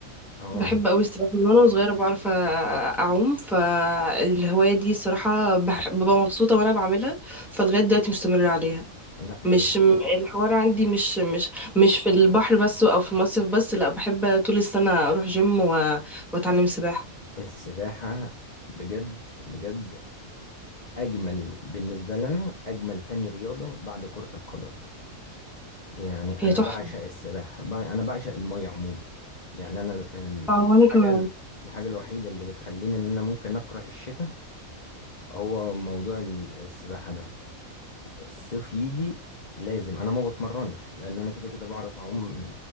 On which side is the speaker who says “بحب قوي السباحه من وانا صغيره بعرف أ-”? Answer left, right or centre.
Centre